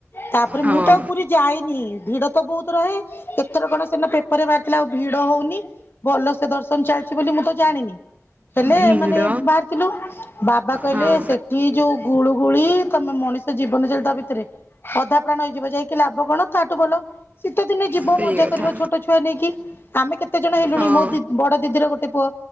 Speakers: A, on the left; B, on the right.
A: ତାପରେ
B: ହଁ
A: ମୁଁ ତ ଆଉ ପୁରୀ ଯାଇନି ଭିଡ ତ ବହୁତ ରହେ। ଏଥର କଣ ସେଦିନ ପେପର ରେ ବାହାରିଥିଲା ଆଉ ଭିଡ ହଉନି। ଭଲ ସେ ଦର୍ଶନ ଚାଲଚି ବୋଲି ମୁଁ ତ ଜାଣିନି। ହେଲେ
B: ଭିଡ଼
A: ମାନେ ବାହାରି। ଥିଲୁ ବାବା କହିଲେ
B: ହଁ
A: ସେଠି ଯୋଉ ଗୁଳୁ ଗୁଳି ତମେ ମଣିଷ ଜୀବନ ଚାଲି ଯିବ ତା ଭିତରେ। ଅଧା ପ୍ରାଣ ହେଇଯିବ ଯାଇକି ଲାଭ କଣ ତାଠୁ ଭଲ ଶୀତ ଦିନେ ଯିବ
B: ସେଇ
A: ମଜା
B: କଥା
A: କରିବ ଛୋଟ ଛୁ ଛୁଆ ନେଇକି ଆମେ କେତେ ଜଣ ହେଲୁଣି
B: ହଁ
A: ମୋ ଦିଦ ବଡ ଦିଦିର ଗୋଟେ ପୁଅ।